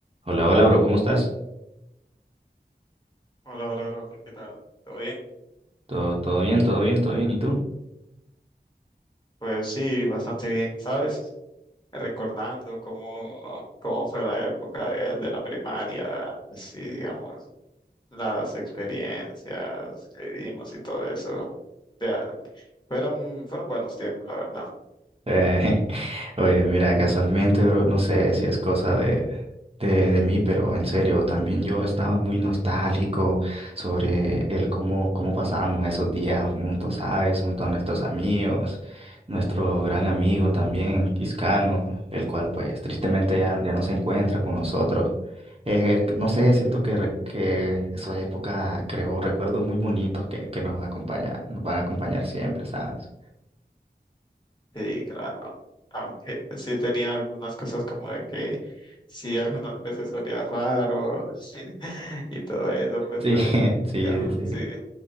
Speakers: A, on the right (about 35°); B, on the left (about 25°).
A: Hola, hola, bro, ¿cómo estás?
B: Hola, hola, bro. ¿Qué tal? ¿Todo bien?
A: Todo, todo bien, todo bien, todo bien. ¿Y tú?
B: Pues sí, bastante bien, ¿sabes? Recordando cómo, cómo fue la época de, de la primaria, sí, digamos, las experiencias que vivimos y todo eso. Ya, fueron, fueron buenos tiempos, la verdad.
A: Eh, <laughs> oye, mira, casualmente, bro, no sé si es cosa de, de, de mí, pero en serio, también yo estaba muy nostálgico sobre el cómo, cómo pasábamos esos días juntos, ¿sabes? Junto a nuestros amigos, nuestro gran amigo también, Iscano, el cual pues tristemente ya, ya no se encuentra con nosotros. Eh, eh, no sé,
B: Sí,
A: siento que, re- que esa época creó recuerdos muy bonitos que, que nos acompañan, nos van a acompañar siempre, ¿sabes?
B: sí, claro. Aunque sí tenía algunas cosas como de que sí, algunas veces solía raro <laughs> y todo eso, pues,
A: Sí,
B: pero
A: <laughs> sí,
B: ya,
A: sí.
B: sí.